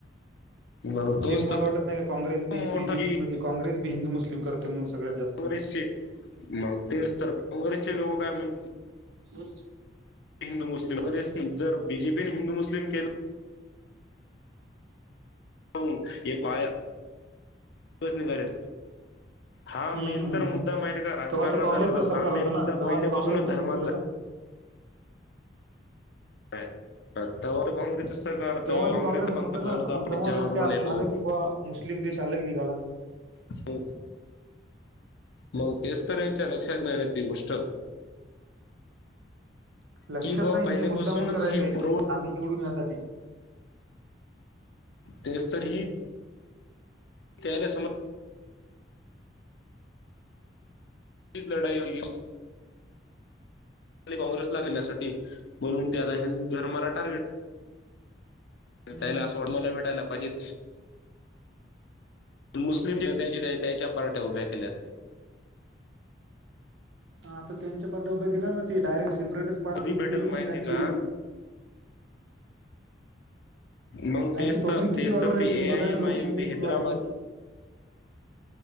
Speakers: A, on the left (about 65°); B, on the right (about 85°).
A: मग तोच
B: हे तुम्हाला
A: तर
B: वाटत नाही का काँग्रेस बी
A: मोठा
B: बीजेप
A: की
B: म्हणजे काँग्रेस बी हिंदू मुस्लिम करते म्हणून सगळ्यात जास्त.
A: काँग्रेसचे मग तेच तर काँग्रेसचे लोक काय म्हण
B: मं <unintelligible>
A: हिंदू मुस्लिम <unintelligible> जर बी जे पीने हिंद मुस्लिम केलं <unintelligible> निघालेलं. हा
B: हम्म
A: मेन तर मुद्दा माहित आहे का राजकारणाचा
B: तेव्हा तर काँग्रेसचं
A: नव्हता
B: सरकार
A: हा
B: होतं
A: मेन
B: ना
A: मुद्दा
B: तेव्हा
A: पहिल्यापासूनच
B: तर काँग्रेसनंच
A: धर्माचा
B: हे केलं ना.
A: <inaudible> होतं
B: तेव्हा बी
A: काँग्रेसचं
B: काँग्रेसच
A: पंतप्रधान
B: होत ना
A: होतं
B: तर
A: आपण
B: मग तेव्हा
A: जवाहरलाल
B: कस काय असं
A: नेहरू
B: झालं की बा मुस्लिम देश आलग निघाला.
A: हो. मग तेच तर हेंच्या लक्षात नाई ना ती गोष्ट.
B: <unintelligible> लक्षात
A: की बा
B: नाही
A: पहिलेपासूनच
B: हे मुद्दामून करायचंय
A: ही पूर्व
B: की आम्ही निवडून यासाठी.
A: तेच तर ही त्याले समज. तीच लढाई काँग्रेसला <unintelligible> साठी म्हणून ते आता हिंदू धर्माला टार्गेट त्याला
B: हम्म
A: सोड मला भेटायला पाहिजच. मुस्लिम त्याच्या पार्ट्या उभ्या केल्या.
B: ह आता त्यांच्या पाठे उभे केले ना ते डायरेक्ट प्रोटेस्ट पार्टी
A: कधी
B: उभी
A: भेटेल
B: केली
A: माहितीये
B: ना त्यांची
A: का मग
B: त्यांची
A: तेच
B: पब्लिक
A: तर
B: किती
A: तेच
B: वाढू
A: तर
B: राहिली
A: ते
B: तुम्ही
A: ए आय
B: बघा ना
A: एम
B: लोकसंख्या
A: आय एम ते
B: किती
A: हैदराबाद
B: वाढायली.